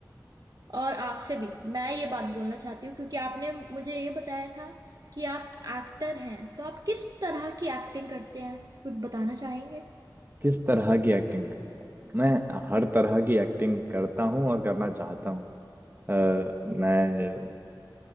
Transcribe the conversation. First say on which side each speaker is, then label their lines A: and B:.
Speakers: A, on the right; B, on the right.
A: और आपसे भी मैं ये बात बोलना चाहती हूँ क्योंकि आपने मुझे ये बताया था कि आप एक्टर हैं तो आप किस तरह की एक्टिंग करते हैं कुछ बताना चाहेंगे
B: किस तरह की एक्टिंग करता हूँ मैं हर तरह की एक्टिंग करता हूँ और करना चाहता हूँ अ, मैं